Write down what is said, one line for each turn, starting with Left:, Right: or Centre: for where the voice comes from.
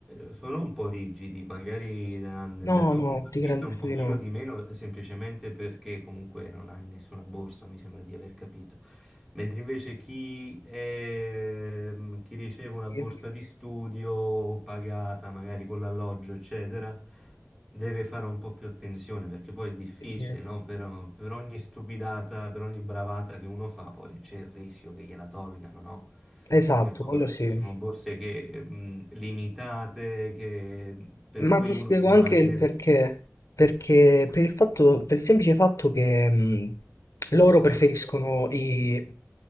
Centre: eh, sono un po' rigidi, magari da- dal
Left: No,
Centre: tuo
Left: no,
Centre: punto
Left: ti
Centre: di vista
Left: garantisco
Centre: un pochino
Left: di no.
Centre: di meno, semplicemente perché comunque non hai nessuna borsa, mi sembra di aver capito. Mentre invece chi, ehm, chi riceve una
Left: Sì,
Centre: borsa di studio pagata, magari con l'alloggio, eccetera, Deve fare un po' più attenzione perché poi è difficile,
Left: sì.
Centre: no? Per, per ogni stupidata, per ogni bravata che uno fa, poi c'è il rischio che gliela tolgano, no?
Left: Esatto,
Centre: Perché poi
Left: quello sì.
Centre: sono borse che, mh, limitate, che- per
Left: Ma
Centre: cui
Left: ti
Centre: uno
Left: spiego
Centre: deve
Left: anche
Centre: mantenere.
Left: il perché. Perché per il fatto, per il semplice fatto che mh, loro preferiscono i